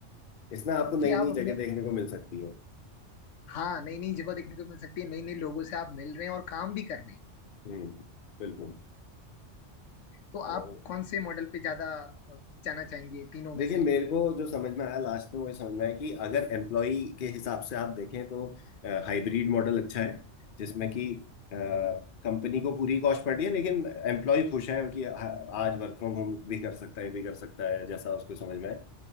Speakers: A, on the left (about 50°); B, on the left (about 85°).
A: इसमें आपको नई
B: कि
A: नई
B: आप
A: जगह
B: अपने
A: देखने को मिल सकती है
B: हाँ नई नई जगह देखने को मिल सकती है नई नई लोगों से आप मिल रहे हैं और काम भी कर रहे हैं
A: हम्म बिल्कुल
B: तो
A: तो
B: आप कौन से मॉडल पे ज्यादा अ, जाना चाहेंगे तीनों में
A: देखिए
B: से
A: मेरे को जो समझ में आया लास्ट में वो ये समझ में आया कि अगर एम्प्लॉय के हिसाब से आप देखें तो हाइब्रिड मॉडल अच्छा है जिसमें कि कंपनी को पूरी कॉस्ट पड़ रही है लेकिन एम्प्लॉय खुश है कि हा- आज वर्क फ्रॉम होम भी कर सकता है भी कर सकता है जैसा उसको समझ में आए